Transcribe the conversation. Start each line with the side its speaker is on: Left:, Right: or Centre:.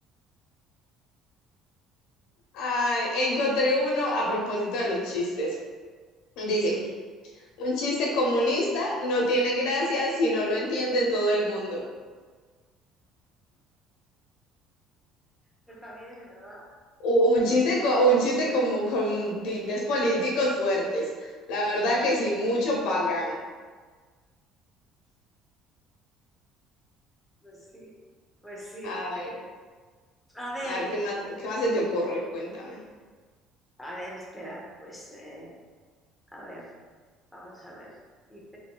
Left: Ay, encontré uno a propósito de los chistes. Dice, un chiste comunista no tiene gracia si no lo entiende todo el mundo.
Centre: Pues también es verdad,
Left: U- Un chiste, co- un chiste como con tintes políticos fuertes. La verdad que sí, mucho background.
Centre: pues sí, pues sí.
Left: A ver,
Centre: A ver,
Left: a ver qué más, qué más se te ocurre, cuéntame.
Centre: a ver, espera, pues... eh, A ver, vamos a ver. Dice,